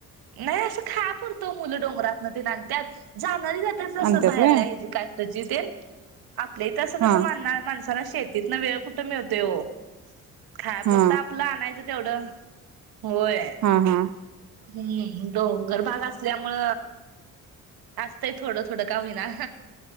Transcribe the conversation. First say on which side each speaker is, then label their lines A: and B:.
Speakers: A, on the right; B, on the right.
A: नाही असं खाय पुरतं मुलं डोंगरातन तेन आणत्यात जात जस
B: आणत्यात
A: बाहेर
B: व्हय
A: ह काष्टची ते आपल्या इथं
B: हा
A: कस मान माणसाला शेती तिथन वेळ कुठं मिळतोय ओ खाया
B: हा
A: पुरत आपलं आणायचं तेवढं होय.
B: हा हा
A: हम्म डोंगर भाग असल्यामुळ असतय थोडं थोडं का होईना